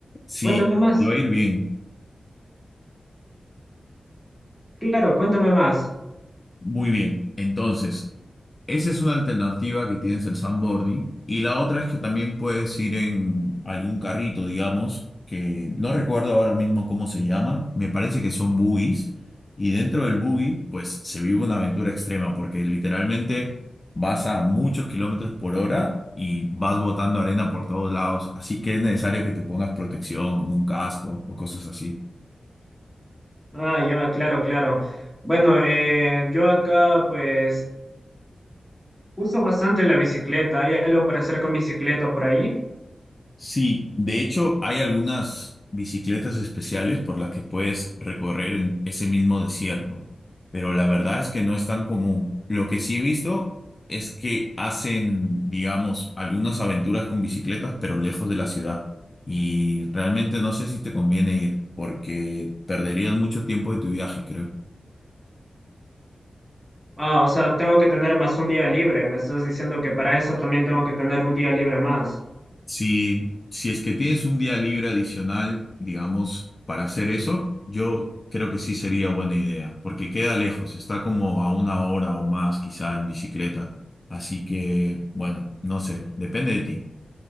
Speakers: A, on the left (about 25°); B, in the centre.
A: Sí,
B: Cuéntame más.
A: te va a ir bien,
B: Claro, cuéntame más.
A: muy bien. Entonces, Esa es una alternativa que tienes el sandboarding. Y la otra es que también puedes ir en algún carrito, digamos, que no recuerdo ahora mismo cómo se llaman. Me parece que son buggies. Y dentro del buggy, pues se vive una aventura extrema, porque literalmente vas a muchos kilómetros por hora y vas botando arena por todos lados. Así que es necesario que te pongas protección, como un casco o cosas así.
B: Ah, ya, claro, claro. Bueno, eh, yo acá pues uso bastante la bicicleta. ¿Hay algo para hacer con bicicleta por ahí?
A: Sí, de hecho hay algunas bicicletas especiales por las que puedes recorrer el- ese mismo desierto, pero la verdad es que no es tan común. Lo que sí he visto es que hacen, digamos, algunas aventuras con bicicletas, pero lejos de la ciudad. Y realmente no sé si te conviene ir, porque perderías mucho tiempo de tu viaje, creo.
B: Ah, o sea, tengo que tener más un día libre. Me estás diciendo que para eso también tengo que tener un día libre más.
A: Si, si es que tienes un día libre adicional, digamos, para hacer eso, yo creo que sí sería buena idea, porque queda lejos, está como a una hora o más quizá en bicicleta. Así que, bueno, no sé, depende de ti.